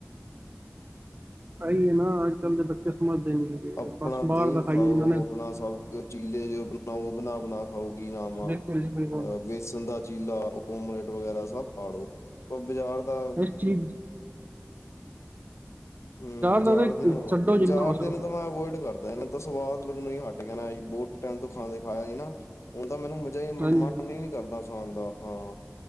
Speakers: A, on the right; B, on the left.
A: ਆਹੀ ਹੈ ਨਾ ਅੱਜ ਕੱਲ੍ਹ ਦੇ ਬੱਚੇ ਸਮਝਦੇ ਨੀ। ਹੈਗੇ
B: ਆਪਣਾ
A: ਬਸ ਬਾਹਰ
B: ਦਹੀਂ
A: ਦਾ ਖਾਈ
B: ਖਾਓ
A: ਜਾਂਦੇ ਨੇ
B: ਆਪਣਾ ਸਭ ਕੁ ਚੀਲੇ ਜੋ ਬਣਾਓ ਬਣਾ ਬਣਾ ਹੋਰ, ਕੀ ਨਾਮ ਆ
A: ਬਿਲਕੁਲ ਜੀ ਬਿਲਕੁਲ
B: ਵੇਸਣ ਦਾ ਚੀਲਾ ਓਮਲੇਟ ਵਗੈਰਾ ਸਭ ਪਾੜੋ ਬਾਜ਼ਾਰ ਦਾ
A: ਅ <unintelligible>
B: ਹੂ ਬਾਜ਼ਾਰ
A: ਦਾ ਤਾਂ
B: ਦੇ ਨਾਂ ਹੋਣ,
A: ਛੱਡੋ
B: ਬਜ਼ਾਰ
A: ਜਿੰਨਾ ਹੋ
B: ਦੇ
A: ਸਕਦਾ
B: ਤਾਂ ਮੈਂ ਅਵੋਇਡ ਕਰਦਾ ਨਾਂ ਇੰਨਾ। ਤਾਂ ਸਵਾਦ ਲੱਗਣ ਹੀ ਹੱਟ ਗਿਆ ਮੈ, ਬਹੁਤ ਟਾਈਮ ਤੋਂ ਖਾਂਣਾ ਨਹੀਂ ਖਾਇਆ ਨਹੀਂ ਨਾ ਹੁਣ ਤਾਂ ਮੈਨੂੰ- ਤੇ ਮਨ
A: ਹਾਂਜੀ
B: ਹੀ ਨੀ ਕਰਦਾ ਖਾਣ ਦਾ ਹਾਂ।